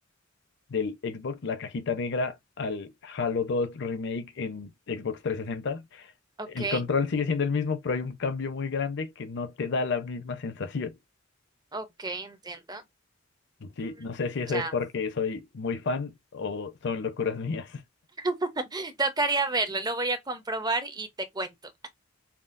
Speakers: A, on the left; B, on the right.
A: del Xbox, la cajita negra, al Halo 2 Remake en Xbox 360.
B: Ok,
A: El control sigue siendo el mismo, pero hay un cambio muy grande que no te da la misma sensación.
B: ok, entiendo.
A: Sí,
B: Mm,
A: no sé si eso
B: Ya.
A: es porque soy muy fan o son locuras mías.
B: <laughs> Tocaría verlo, lo voy a comprobar y te cuento.